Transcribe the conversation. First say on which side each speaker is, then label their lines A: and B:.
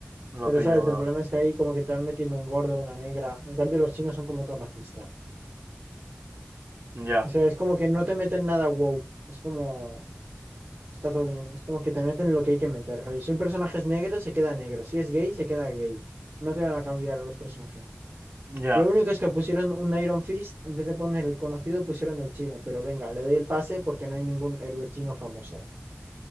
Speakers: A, on the right; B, on the right.
A: Lo
B: Pero
A: pillo,
B: sabes,
A: bro.
B: el problema es que ahí como que te van metiendo un gordo, una negra. En cambio, los chinos son como todos racistas.
A: Ya,
B: O sea, es como que no te meten nada woke. Es como Está todo bien. Es como que te meten lo que hay que meter, rollo. Si un personaje es negro, se queda negro. Si es gay, se queda gay. No te van a cambiar los personajes.
A: ya.
B: Lo único es que pusieron un Iron Fist, en vez de poner el conocido, pusieron el chino. Pero venga, le doy el pase porque no hay ningún héroe chino famoso.